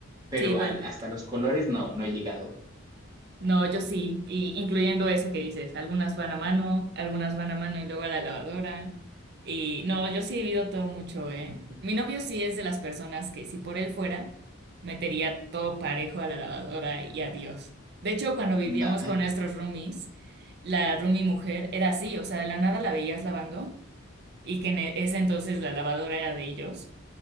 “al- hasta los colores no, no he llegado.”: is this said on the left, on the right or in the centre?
Right